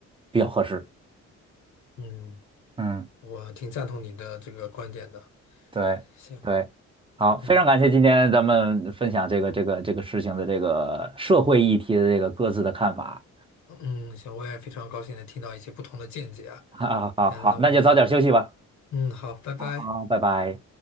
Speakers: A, on the right (about 20°); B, on the left (about 70°).
A: 比较合适。
B: 嗯，
A: 嗯，
B: 我挺赞同你的这个观点的。
A: 对对，
B: 行，
A: 好，
B: 嗯
A: 非常感谢今天咱们分享这个这个这个事情的这个社会议题的这个各自的看法。
B: 嗯，行，我也非常高兴能听到一些不同的见解啊。
A: <laughs> 好好好，
B: 行，那我们，
A: 那就早点休息吧。
B: 嗯，好，拜拜。
A: 好，拜拜。